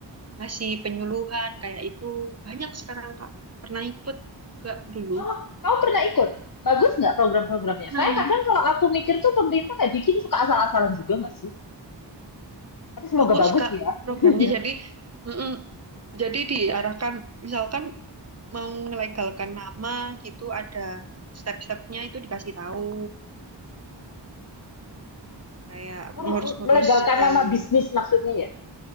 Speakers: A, on the right (about 35°); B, on the left (about 50°).
A: ngasih penyuluhan kayak itu banyak sekarang Kak pernah ikut juga dulu
B: Oh, kamu pernah ikut? Bagus nggak program-programnya?
A: pernah
B: Saya kadang kalau aku mikir tuh pemerintah kayak bikin suka asal-asalan juga nggak sih? Tapi semoga
A: bagus
B: bagus
A: Kak
B: ya.
A: programnya
B: <laughs>
A: jadi mm-mm. jadi diarahkan misalkan mau melegalkan nama gitu ada step-stepnya itu dikasih tahu kayak
B: Oh,
A: ngurus-ngurus
B: melegalkan nama
A: eh,
B: bisnis maksudnya ya?